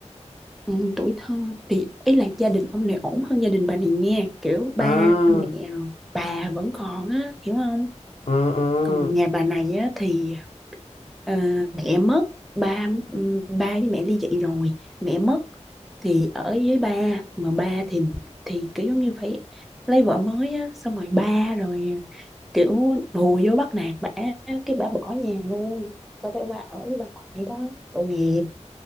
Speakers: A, in the centre; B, on the left (about 65°).
A: ừ, tuổi thơ thì ý là gia đình ông này ổn hơn gia đình bà này nha kiểu ba
B: à
A: mẹ rồi bà vẫn còn á hiểu không
B: à à
A: còn nhà bà này á thì Ờ, mẹ mất ba ừ, ba với mẹ ly dị rồi mẹ mất thì ở với ba mà ba thì thì kiểu giống như phải lấy vợ mới á xong rồi ba rồi kiểu hùa vô bắt nạt bả cái bả bỏ nhà luôn bà phải qua ở với bà ngoại đó tội nghiệp